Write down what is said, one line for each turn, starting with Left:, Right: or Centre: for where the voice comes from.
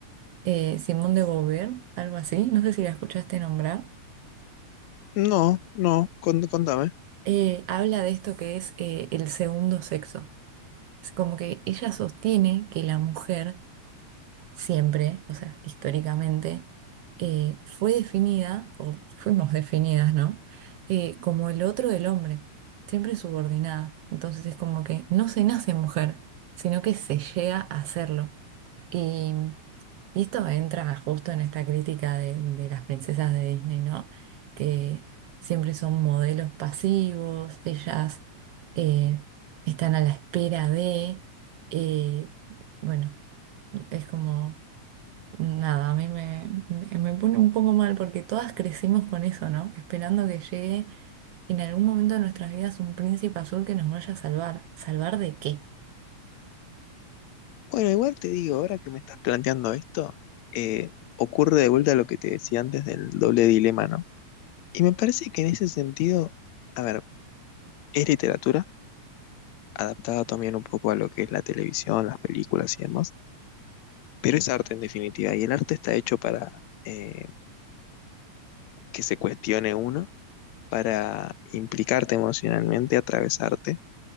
Right: Eh, Simón de Beauvoir, algo así. No sé si la escuchaste nombrar.
Left: No, no, con- contame.
Right: Eh, habla de esto que es eh, el segundo sexo. Es como que ella sostiene que la mujer siempre, o sea, históricamente, eh, fue definida, o fuimos definidas, ¿no? Eh, como el otro del hombre, siempre subordinada. Entonces es como que no se nace mujer, sino que se llega a hacerlo. Y, y esto entra justo en esta crítica de, de las princesas de Disney, ¿no? Que siempre son modelos pasivos, ellas eh, están a la espera de, eh, bueno, es como... Nada, a mí me, me, me pone un poco mal porque todas crecimos con eso, ¿no? Esperando que llegue en algún momento de nuestras vidas un príncipe azul que nos vaya a salvar. ¿Salvar de qué?
Left: Bueno, igual te digo, ahora que me estás planteando esto, eh, ocurre de vuelta lo que te decía antes del doble dilema, ¿no? Y me parece que en ese sentido, a ver, es literatura, adaptada también un poco a lo que es la televisión, las películas y demás, pero es arte en definitiva, y el arte está hecho para eh, que se cuestione uno, para implicarte emocionalmente, atravesarte,